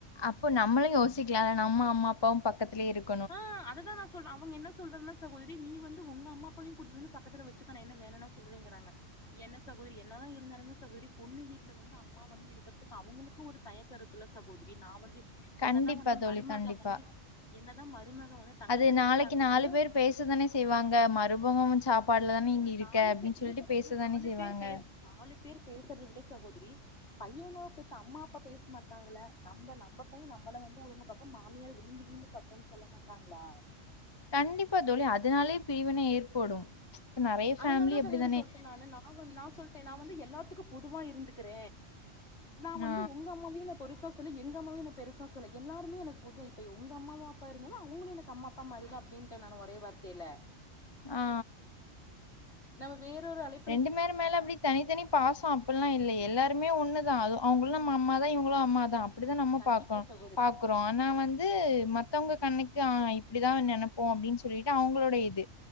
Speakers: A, on the left; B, on the left.
A: அப்போ நம்மளு யோசிக்லால நம்ம அம்மா அப்பாவு பக்கத்திலியே இருக்
B: ஆ அததா நா சொ சொல் அவுங்க என்ன சொல்றாங்கனா சகோதரி நீ வந்து உங்க அம்மா அப்பாவையு கூட்டிட்டு வந்து பக்கத்துல வச்சுக்க நா என்ன வேணானா சொல்றேங்கிறாங்க என்ன சகோதரி என்னதா இருந்தாலுமே சகோதரி பொண்ணு வீட்ல வந்து அம்மா வந்து இருக்ற்துக்கு அவங்களுக் ஒரு தயக்கோ இருக்குல்ல சகோதரி நா வந்து
A: கண்டிப்பா
B: என்னதா வந்து
A: தோழி,
B: மருமக
A: கண்டிப்பா.
B: வந்து என்னதா மருமக வந்து தங்கத்தட்டுலயே
A: அது நாளைக்கு
B: தாங்குனாலு
A: நாலு பேரு பேசதானே செய்வாங்க மருபகோ சாப் பாட்லதான நீ
B: ஏங்க
A: இங்க இருக்க
B: நாலு
A: அப்டின்னு
B: பேர் இல்ல
A: சொல்லிட்டு
B: சகோதரி
A: பேசதானே
B: நாலு
A: செய்வாங்க
B: பேர் பே நாலு பேரு பேசுறத விட சகோதரி பையன பெத்த அம்மா அப்பா பேச மாட்டாங்கள நம்ப நம்ப பைய நம்பள வந்து ஒழுங்க பாக்க மாமியார விழுந்து விழுந்து பாக்ரனு சொல்ல மாட்டாங்ளா
A: கண்டிப்பா தோழி அதனாலே பிரிவினை ஏற்படு இப்ப நெறைய
B: அதனாலதா
A: ஃபேமிலி
B: சகோதரி
A: அப்டிதானே
B: சொல்ட்டே நானு நா நா சொல்ட்ட நா வந்து எல்லாத்துக்கு பொதுவா இருந்துக்குற நா வந்து
A: ஆ
B: உங்க அம்மாவியு பொருசா சொல்லி எங்க அம்மாவையு நா பெருசா சொல்ல எல்லாருமே எனக்கு பொது இப்ப உங்க அம்மாவ அப்பாவ அவங்களு எனக்கு அம்மா அப்பா மாறிதா அப்டின்ட்ட நானு ஒரே வார்த்தையில
A: ஆ
B: நம்ம வேறொரு அலை
A: ரெண்டு மேர் மேல எப்டி தனித்தனி பாசோ அப்பில்லா இல்ல எல்லாருமே ஒண்ணுதா அது அவங்களுநம் அம்மா தா இவங்களு அம்மா தா அப்டிதா நம்ம
B: கண்டிப்பா
A: பாக்கோ
B: சகோதரி
A: பாக் ஆனா வந்து மத்தவங்க கண்ணுக்கு ஆனா இப்டிதா நெனப்போ அப்டின்னு சொல்லிட்டு அவுங்ளோட இது